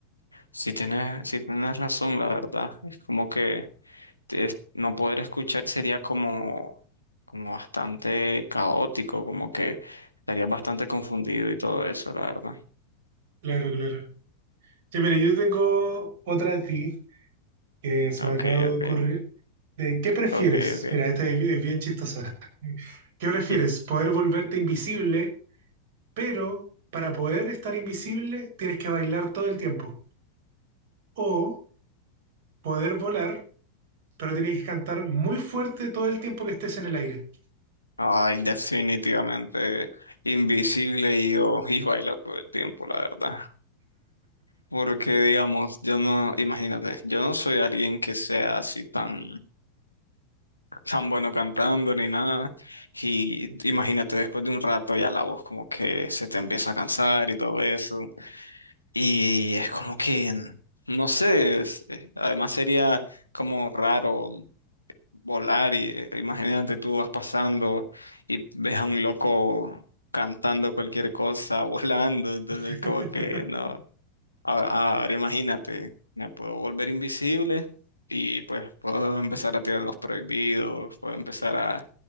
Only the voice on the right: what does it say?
Claro, claro. Ya, mira, yo tengo otra de ti que se
me acaba de
ocurrir. De, ¿qué prefieres?
Mira, esta es es bien chistosa. ¿Qué prefieres?
¿Poder volverte invisible, pero para poder estar invisible tienes que bailar todo el tiempo? ¿O poder volar? pero tienes que cantar muy fuerte todo el tiempo que estés en el aire.
<laughs>